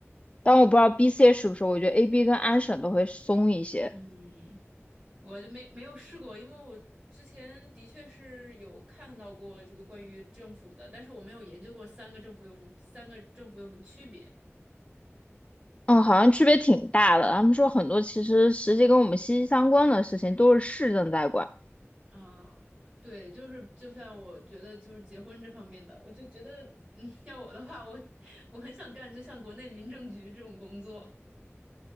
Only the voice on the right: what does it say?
嗯，我就没没有试过，因为我之前的确是有看到过这个关于政府的，但是我没有研究过三个政府有什么，三个政府有什么区别
啊？对，就是就像我觉得就是结婚这方面的，我就觉得，嗯，要我的话，我我很想干，就像国内民政局这种工作，